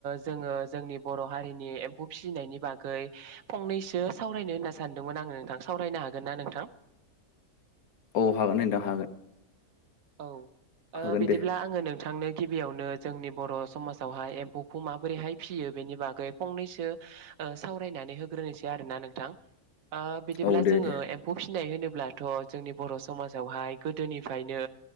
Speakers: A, on the right; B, on the left.
A: जोंङो जोंनि बर' हारिनि एम्फौ फिसिनायनि बागै फंनैसो सावरायनो होनना सानदोंमोन आंङो नोंथां सावरायनो हा हागोन ना नोंथां
B: औ हागोन नोंथां हागोन
A: औ
B: हागोन
A: बिदिब्ला
B: दे
A: आंङो नोंथांनो गिबियावनो जोंनि बर' समाजावहाय एम्फौखौ माबोरैहाय फियो बेनि बागै फंनैसो सावरायनानै होग्रोनोसै आरोना नोंथां बिदिब्ला
B: औ दे
A: जोङो
B: दे
A: एम्फौ फिसिनाय होनोब्लाथ' जोंनि बर' समाजावहाय गोदोनिफ्रायनो